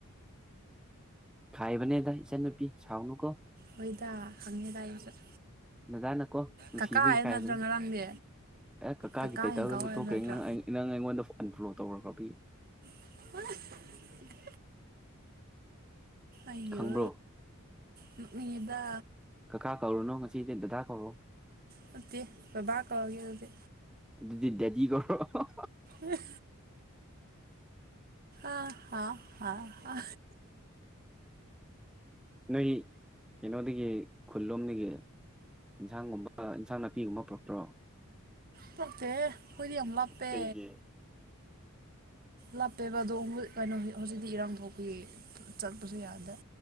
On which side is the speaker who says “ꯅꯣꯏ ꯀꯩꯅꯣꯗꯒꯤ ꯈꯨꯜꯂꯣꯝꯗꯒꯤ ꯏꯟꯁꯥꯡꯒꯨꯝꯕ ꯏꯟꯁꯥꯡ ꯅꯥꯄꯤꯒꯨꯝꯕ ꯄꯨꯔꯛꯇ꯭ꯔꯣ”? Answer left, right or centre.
Centre